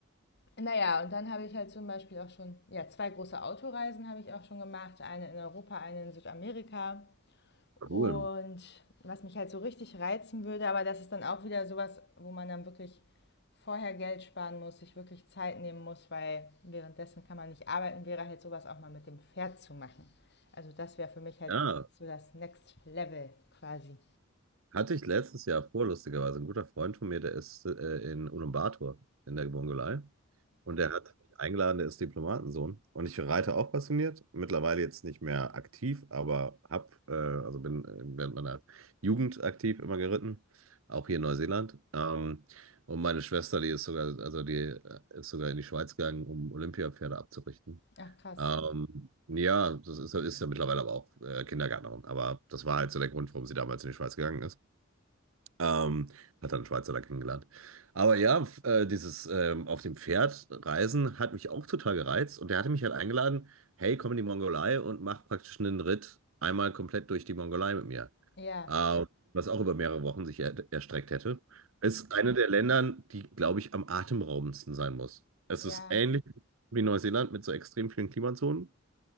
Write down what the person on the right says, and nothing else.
Cool.
Ja,
Hatte ich letztes Jahr vor, lustigerweise. Ein guter Freund von mir, der ist äh, in Ulaanbaatar in der Mongolei. Und der hat mich eingeladen, der ist Diplomatensohn. Und ich reite auch passioniert. Mittlerweile jetzt nicht mehr aktiv, aber hab, äh, also bin äh, während meiner Jugend aktiv immer geritten. Auch hier in Neuseeland. Ähm, und meine Schwester, die ist sogar, also die äh, ist sogar in die Schweiz gegangen, um Olympiapferde abzurichten.
Ähm, ja, das ist, ist ja mittlerweile aber auch äh, Kindergärtnerin. Aber das war halt so der Grund, warum sie damals in die Schweiz gegangen ist. Ähm, hat dann einen Schweizer da kennengelernt. Aber ja, f- äh, dieses ähm, auf dem Pferd reisen hat mich auch total gereizt. Und der hatte mich halt eingeladen, hey, komm in die Mongolei und mach praktisch einen Ritt einmal komplett durch die Mongolei mit mir.
Ähm, was auch über mehrere Wochen sich er erstreckt hätte. Ist eine der Ländern, die, glaube ich, am atemberaubendsten sein muss. Es
ist ähnlich wie Neuseeland mit so extrem vielen Klimazonen.